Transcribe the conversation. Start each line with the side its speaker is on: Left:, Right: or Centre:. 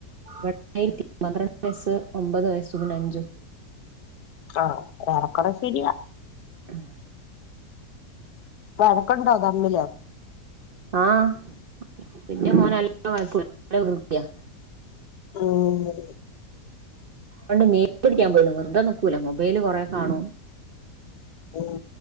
Right: യെട്ട്യിരത്തി പന്ത്രണ്ട് വയസ്സ് ഒമ്പത് വയസ്സു പിന്നെ അഞ്ചും
Left: ആഹ് ഓർക്കണ ശരിയാ.
Right: ഉം.
Left: വഴക്കുണ്ടോ തമ്മില്
Right: ആഹ് പിന്ന മോന <unintelligible>
Left: മ്മ്
Right: പണ്ട് മീ പിടിക്കാൻ പോയിന് വെർതെ നിക്കൂല മൊബൈല് കുറേ കാണ്ണും
Left: ഉം